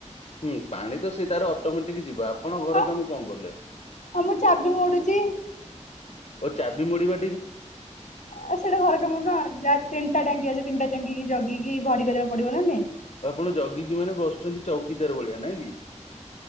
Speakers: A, on the left; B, on the left.
A: ହୁଁ, ପାଣି ତ ସେଇ ତାର ଅଟୋମେଟିକ ଯିବା ଆପଣ ଘର
B: ଆ
A: କାମ କଣ କଲେ?
B: ହଁ ମୁଁ ଚାବି ମୋଡୁଚି।
A: ଓ ଚାବି ମୋଡିବା
B: ଆ ସେଇଟା ଘର କାମ ନୁହଁ ଯାହା ତିନିଟା ଟାଙ୍କି ଅଛି ତିନିଟା ଟା ଜଗିକି ଭରି କରିବାକୁ ପଡିବ ନା
A: ଆପଣ ଜଗିକି ମାନେ ବସୁଚନ୍ତି ଚୌକିଦାର ଭଳିଆ ନାଇଁ କି?